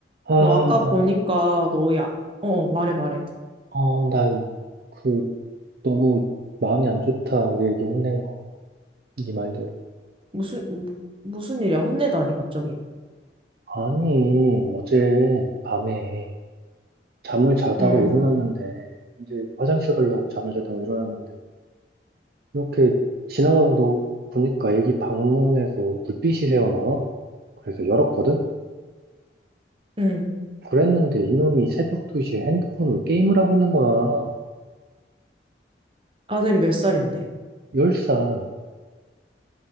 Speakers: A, on the right; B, on the right.
A: 아,
B: 너 아까 보니까
A: 나,
B: 너야. 어, 어, 말해, 말해.
A: 어, 나, 그, 너무 마음이 안 좋다. 우리 애기 혼낸 거. 네 말대로.
B: 무슨, 무- 무슨 일이야? 혼내다니, 갑자기.
A: 아니, 어제 밤에 잠을 자다가
B: 음,
A: 일어났는데, 이제 화장실 가려고 잠을 자다가 일어났는데, 이렇게 지나가서 보니까 애기 방문에서 불빛이 새어나와. 그래서 열었거든?
B: 음.
A: 그랬는데 이놈이 새벽 2시에 핸드폰으로 게임을 하고 있는 거야.
B: 아들이 몇 살인데?
A: 10살.